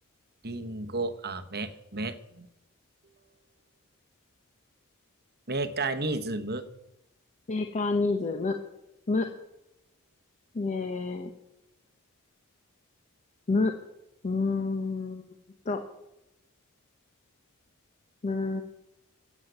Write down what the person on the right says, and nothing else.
リンゴ、あ、め、め、メカニズム、